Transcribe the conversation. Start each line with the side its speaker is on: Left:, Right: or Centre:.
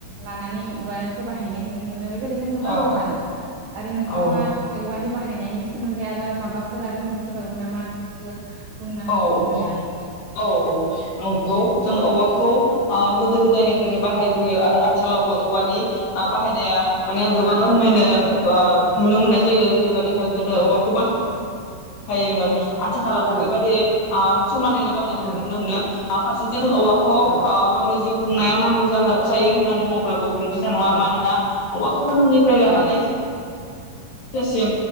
Right: लानानै औवाखौ बाहायनाय नुनो मो नों बेबायदिनो गोबां
Left: औ
Right: दं आरो आरो नोंथाङा
Left: औ
Right: बे औवानि बाहाय फायनायनि सोमोन्दै फ्राय आरो माबाफोर आरो मोनथिबावो नामा बेफोरखौ बुंनो
Left: औ
Right: हाबावगोन
Left: औ
Right: नामा
Left: औ नंगौ जों औवाखौ ओ गोदो गो दायनिफ्रायनो बाहायबोयो। आरो आथिखालावबो औवानि बाहायनाया माने गोबां रोमैनो
Right: औ
Left: ओ नुनो मोननाय जायो जेरैबादि दिहाय गोदो
Right: औ
Left: औवाखौ बाहाय हायोमोन। आथिखालाव
Right: औ
Left: बबेबा आ समानैनो बाहायनायखौ
Right: औ
Left: नुनो मोनो। आ फारसेथि औवाखौ ओ
Right: औ
Left: गावनि जिउ खुंनायाव नांगौ जाना जायो होननानै बुङोब्लाबो गोरोन थि नङा
Right: औ
Left: मानोना औवाखौ जोनोमनिफ्राय लानानै
Right: औ
Left: थैजासिम